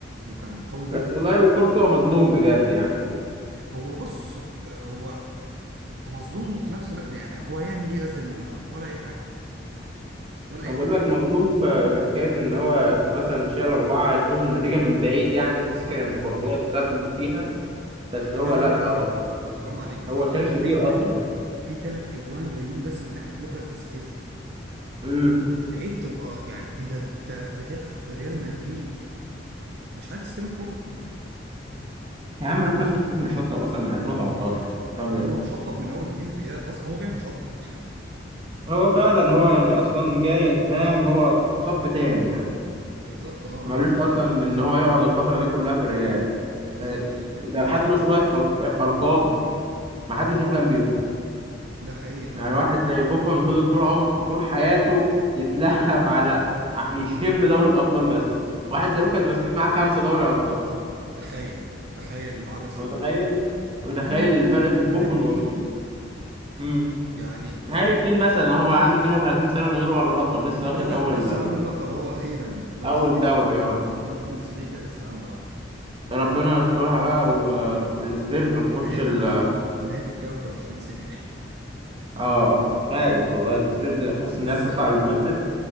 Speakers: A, on the right; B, on the right.
A: وكان قوي جدا
B: بس والله وكورتوا مظلوم بجد يعني
A: هو بص آه، هو مظلوم وفي نفس الوقت يعني هو هيعمل ايه ازيد من اللي عمله ولا اي حاجة ولا
B: أنا
A: اي
B: بقول
A: حاجة
B: لك مظلوم ف- في حكاية إن هو مثلا شال أربعة تشوف النتيجة من بعيد يعني تفتكر
A: بالظبط
B: إن كورتوا اتسبب فيها بس هو
A: لا لا
B: لأ
A: لا لا
B: هو بصراحة-
A: لا حرام عليك ده
B: هو
A: في ثلاث
B: شال كتير
A: اجوان
B: أصلا
A: في ثلاث اجوان جايين بس من ناحية لوكاس فاسكيز
B: امم
A: عيب تبقى يعني ايه ده انت بتلعب في ريال مدريد مش عارف تستلم كرة
B: يا عم لوكاس بوسكيت مش شطب اصلا من 2018 فاهم
A: هو مشطب من اول ما جه الريال اصلا هو جاي مشطب <laughs>
B: هو فعلا هو يعني أصلا جاي أنت فاهم هو صف تاني يعني
A: بالظبط اه
B: مالوش
A: يعني
B: اصلا ان هو يقعد الفتره دي كلها في الريال
A: بالظبط
B: ده ده خد له شويه ألق- القاب ما حدش يحلم بيهم
A: ده حقيقي اه
B: يعني واحد
A: يعني
B: زي بوفون فضل طول عمر طول حياته يتلهف على ع- يشم دوري الابطال بس واحد
A: بالظبط
B: زي لوكاس فاسكيز معاه خمسة دوري ابطال
A: تخيل بقى تخيل العبث
B: متخيل
A: اللي احنا فيه
B: متخيل
A: وهاري كين
B: الفرق بين
A: وهاري
B: بوفون
A: كين
B: و امم
A: يعني فاهم
B: هاري كين مثلا هو بقى عنده 32 سنة من غير ولا لقب لسه
A: لا
B: واخد
A: لا
B: اول
A: لسه عامل لقب هو اخيرا بوندسليجا
B: اول دوري اه
A: اه بوندسليجا لسه عامله اه
B: ربنا يسترها بقى و... والسبيرز ما تاخدش
A: نهاية
B: ال
A: الكوكب نهاية الكوكب الخميس الجاي <laughs>
B: اه خايف والله السبيرز حاسس ان
A: بس
B: هي تحط على اليونايتد